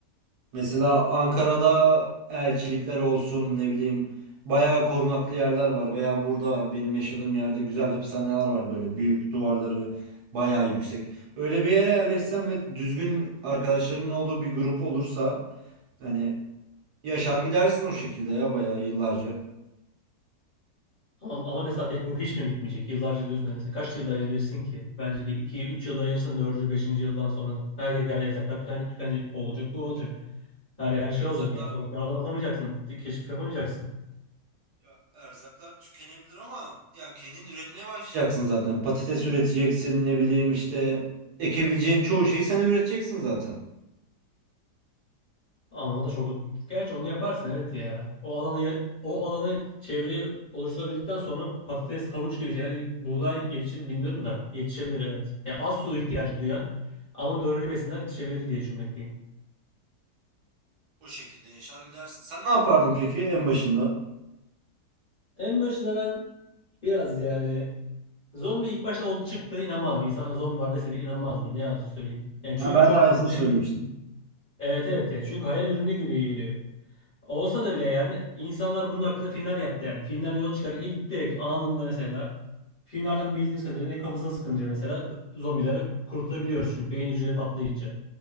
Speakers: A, on the right; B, on the left.
A: Mesela Ankara'da elçilikler olsun ne bileyim bayağı korunaklı yerler var veya burada benim yaşadığım yerde güzel hapishaneler var böyle büyük duvarları bayağı yüksek. Öyle bir yere yerleşsen ve düzgün arkadaşlarının olduğu bir grup olursa hani yaşar gidersin o şekilde ya bayağı yıllarca.
B: Ama, ama mesela peki bu hiç mi bitmeyecek? Yıllarca diyorsun yani kaç yıl dayanabilirsin ki? Bence bir iki üç yıl dayanırsın dördüncü beşinci yıldan sonra. Her yerde yasaklar tüken, tükenecek. O olacak bu olacak. Her yer her şey
A: Erzaklar
B: olacak ya. Sokaklara adım atamayacaksın. Keşif yapamayacaksın.
A: ya erzaklar tükenebilir ama ya kendin üretmeye başlayacaksın zaten. Patates üreteceksin ne bileyim işte ekebileceğin çoğu şeyi sen üreteceksin zaten.
B: Ama o da çok... Gerçi onu yaparsın evet ya. O alanı ya- o alanı çevreyi oluşturabildikten sonra patates, havuç gibi şeyler buğday yetişir mi bilmiyorum da yetişebilir evet. Ya az su ihtiyacı duyan ama doğru besinler yetişebilir diye düşünmekteyim.
A: O şekilde yaşar gidersin. Sen ne yapardın peki en başında?
B: En başında ben biraz yani Zombi ilk başta oldu çıktığına inanmadım. İnsanlara zombi var deseydin inanmazdım. Ne yalan söyleyeyim. Yani çünkü
A: Ha, ben
B: çok
A: de aynısını
B: hayal
A: söylemiştim.
B: ürünü gibi. Evet evet ya çünkü hayal ürünü gibi geliyor. Olsa da bile yani insanlar bunun hakkında filmler yaptı yani. Filmlerden yol çıkar ilk direkt anında mesela filmlerden bildiğiniz kadarıyla ne kafasına sıkınca mesela zombileri kurtulabiliyoruz çünkü beyin hücreleri patlayınca.